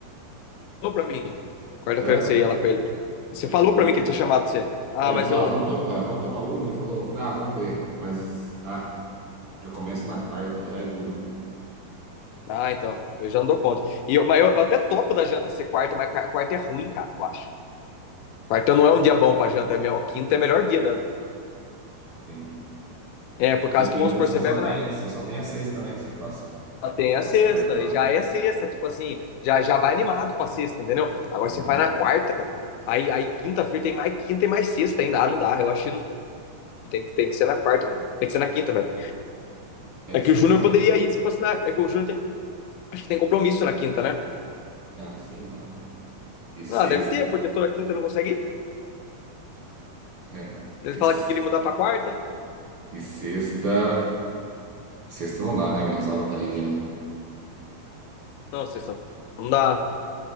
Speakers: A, on the left; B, on the right.
A: Falou pra mim. Quarta-feira
B: Hã?
A: que você ia lá com ele. Você
B: Ele
A: falou
B: ligou.
A: pra mim que ele tinha chamado você. Ah,
B: É, ele
A: mas
B: falou,
A: eu.
B: ah, vamos, to- ah, vamos tomar uma. Ele falou, eu falei, ah, vamos ver. Mas, ah, já começa na quarta, já é duro, cara.
A: Ah, então. Eu já não dou conta. E eu, mas eu, eu até topo da janta ser quarta, mas ca- quarta é ruim, cara, eu acho. Quarta não é um dia bom pra janta, é mesmo, quinta é melhor dia mesmo.
B: Sim.
A: É, por causa
B: Que quinta
A: que, vamos supor,
B: você
A: você
B: só
A: bebe
B: tem,
A: na.
B: a- você só tem a sexta, né? Que você passa,
A: Só tem a
B: passa
A: sexta,
B: apertado.
A: e já é sexta, tipo assim, já, já vai animado pra sexta, entendeu? Agora
B: Uhum.
A: você vai na quarta, aí, aí quinta-feira tem mais quinta e mais sexta ainda. Ah, não dá, eu acho Tem, tem que ser na quarta mesmo. Tem que ser na quinta mesmo.
B: É,
A: É
B: e
A: que
B: sexta.
A: o Júnior
B: não-
A: poderia ir se fosse na. É que o Júnior tem. Acho que tem compromisso na quinta, né?
B: Ah, sei lá. E sexta.
A: Ah, deve ter, porque toda quinta não consegue ir.
B: É.
A: Ele
B: E,
A: fala
B: s-
A: que queria mudar pra quarta.
B: e sexta. Sexta não dá, né? Mas a aula tá aí já, né?
A: Não, sexta não dá.